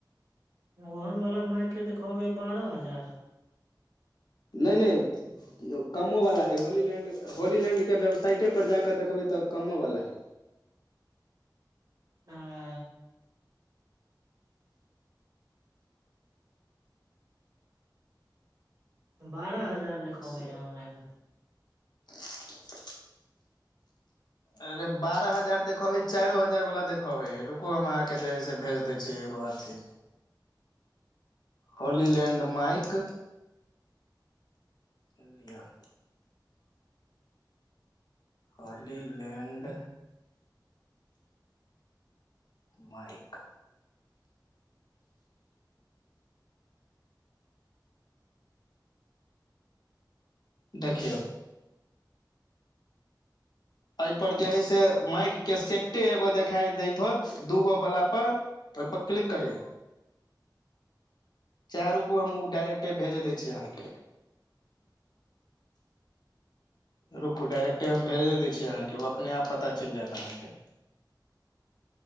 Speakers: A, on the right; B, on the left.
A: ओहन वला माइकके देखबै हे बारह हजार
B: नैइ नैइ कमोवला हइ होलीलैण्ड होलीलैण्डके वेबसाइटे पर जाकऽ देखबै तऽ कमोवला हइ
A: <inaudible> बारह हजार देखबै
B: ओ
A: हइ ऑनलाइन
B: <inaudible> अरे बारह हजार देखवे है चाइरो हजार वाला देखबै रुको हम अहाँ के जे है से भेज दे छी छैए एगो अथी होलीलैंड माइक इ लिअह हॉलीलैंड माइक देखियौ ऐ पर जे हय से माइक के सेट्टे एगो देखाइ दैत होत दूगो बला पर तेइप क्लिक करियौ चाहै रुकू हम ओ डाायरेक्टे भेज दै छी अहकेँ रुकू डायरेक्टे हम भेजे दै छी अहाँके ओ अपने आप पता चैल जायत अहाँके